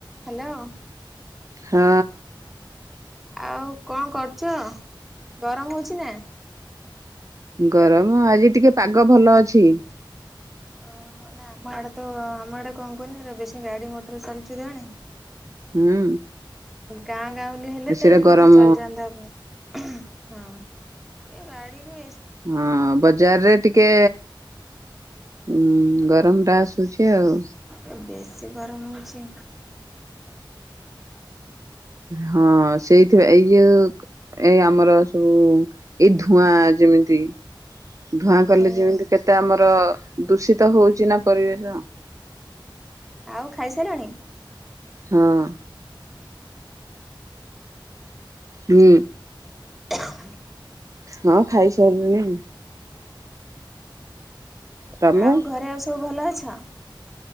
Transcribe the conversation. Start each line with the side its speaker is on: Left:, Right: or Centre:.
Centre: ହ୍ୟାଲୋ
Right: ହଁ।
Centre: ଆଉ କଣ କରୁଛ ଗରମ ହଉଚି ନା।
Right: ଗରମ ଆଜି ଟିକେ ପାଗ ଭଲ ଅଛି।
Centre: ଓହୋ ନାଇଁ ଆମ ଆଡ଼େ ତ ଆମ ଆଡ଼େ କଣ କୁହନି ବେଶୀ ଗାଡ଼ି ମଟର ଚାଲୁଚି ତ ଏଣେ
Right: ହୁଁ।
Centre: ଗାଁ ଗାଉଁଲି ହେଲେ
Right: ଏସିରେ
Centre: ତ ଟିକେ
Right: ଗରମ
Centre: ଟିକେ ଚଳିଯାନ୍ତା ହଁ ଏ ଗାଡ଼ିକୁ
Right: ହଁ ବଜାରରେ ଟିକେ ଉ ଗରମଟା
Centre: ହଁ।
Right: ଆସୁଛି ଆଉ।
Centre: ଏ ବେଶୀ ଗରମ ହେଉଛି।
Right: ହଁ ସେଇଥି ଏଇ ଯୋଉ ଏ ଆମର ସବୁ ଏଇ ଧୂଆଁ ଯେମିତି ଧୂଆଁ କଲେ
Centre: ହୁଁ
Right: ଯେମିତି
Centre: ହଁ।
Right: କେତେ ଆମର ଦୂଷିତ ହଉଛି ନା ପରିବେଶ।
Centre: ଆଉ ଖାଇସାରିଲଣି
Right: ହଁ। ହୁଁ।
Centre: ଖାଁ
Right: ହଁ। ଖାଇସାରିଲି ତମେ?
Centre: ଆଉ ଘରେ ଆଉ ସବୁ ଭଲ ଅଛ?